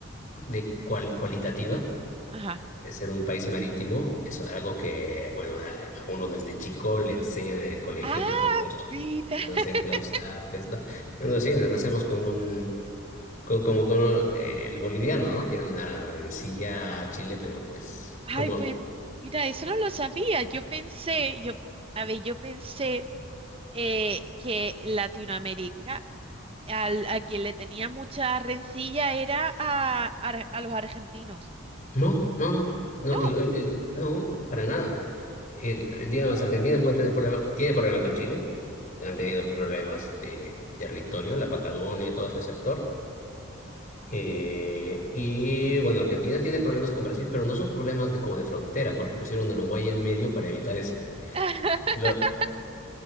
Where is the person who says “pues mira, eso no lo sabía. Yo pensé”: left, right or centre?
Right